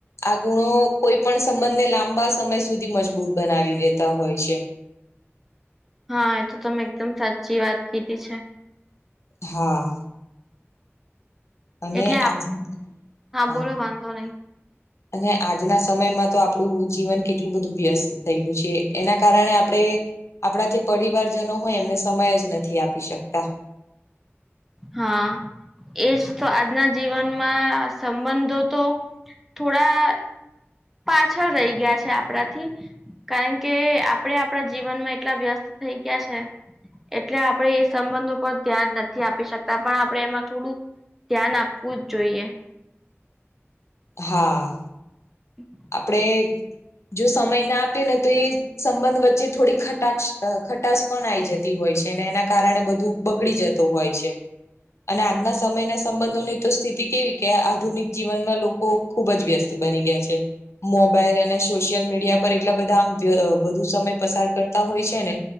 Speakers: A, on the left; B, in the centre.
A: આ ગુણો કોઈ પણ સંબંધને લાંબા સમય સુધી મજબૂત બનાવી દેતા હોય છે.
B: હા, એ તો તમે એકદમ સાચી વાત કીધી છે.
A: હા. અને
B: એટલે આપ
A: આમ હા
B: બોલો વાંધો નહી
A: અને આજના સમયમાં તો આપણું જીવન કેટલું બધું વ્યસ્ત થઈ ગયું છે, એના કારણે આપણે આપણા જે પરિવારજનો હોય એમને સમય જ નથી આપી શકતા.
B: હા, એજ તો. આજના જીવનમાં સંબંધો તો થોડા પાછળ રહી ગયા છે આપણાથી. કારણ કે આપડે આપડા જીવનમાં એટલા વ્યસ્ત થઇ ગયા છે એટલે આપણે એ સંબંધો પર ધ્યાન નથી આપી શક તા, પણ આપણે એમાં થોડું ધ્યાન આપવું જ જોઈએ.
A: હા.
B: <inaudible>
A: આપણેે જો સમય ના આપીએ ને તો એ સંબંધ વચ્ચે થોડી ખટાક્ષ ખટાસ પણ આઈ જતી હોય છે અનેને એના કારણે બધું બગડી જતું હોય છે. અને આજના સમયના સંબંધોની તો સ્થિતિ કેવી કે આધુનિક જીવનમાં લોકો ખુબ જ વ્યસ્ત બની ગયા છે. મોબાઈલ અને સોશિયલ મીડિયા પર એટલા બધા આમ વ્ય અહ વધુ સમય પસાર કરતા હોય છે ને.